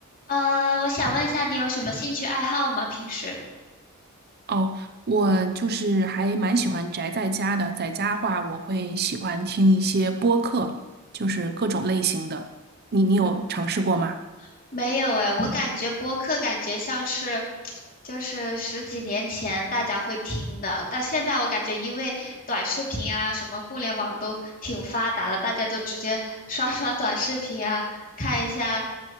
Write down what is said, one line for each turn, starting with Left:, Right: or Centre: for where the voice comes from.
Left: 呃，我想问一下，你有什么兴趣爱好吗？平时？
Right: 哦，我就是还蛮喜欢宅在家的，在家话我会喜欢听一些播客，就是各种类型的。你你有尝试过吗？
Left: 嗯，没有哎，我感觉播客感觉像是，就是十几年前大家会听的，但现在我感觉因为短视频啊，什么互联网都挺发达的，大家都直接 <laughs> 刷刷短视频啊，看一下